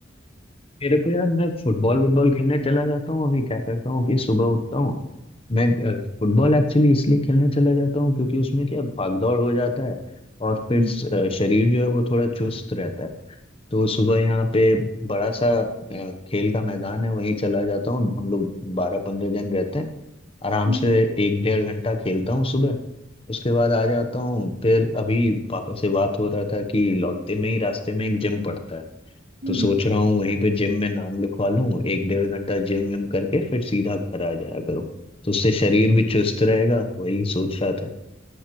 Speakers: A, on the left; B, on the right.
A: मेरे को यार मैं फुटबॉल वुटबॉल खेलने चला जाता हूँ अभी क्या करता हूँ कि सुबह उठता हूँ मैं अ, फुटबॉल एक्चुअली इसलिए खेलने चला जाता हूँ क्योंकि उसमें क्या भाग दौड़ हो जाता है और
B: हम्म
A: फिर स- अ, शरीर जो है वो थोड़ा चुस्त रहता है तो सुबह यहाँ पे बड़ा सा अ, खेल का मैदान है वहीं चला जाता हूँ हम लोग बारह पंद्रह जन रहते हैं आराम
B: हम्म
A: से एक डेढ़ घंटा खेलता हूँ सुबह उसके बाद आ जाता हूँ फिर अभी पापा से बात हो रहा था कि लौटते में ही रास्ते में एक जिम पड़ता है
B: हम्म
A: तो सोच रहा हूँ वहीं पे जिम में नाम लिखवा लूँ एक डेढ़ घंटा जिम विम करके फिर सीधा घर आ जाया करूँ तो उससे शरीर भी चुस्त रहेगा वही सोच रहा था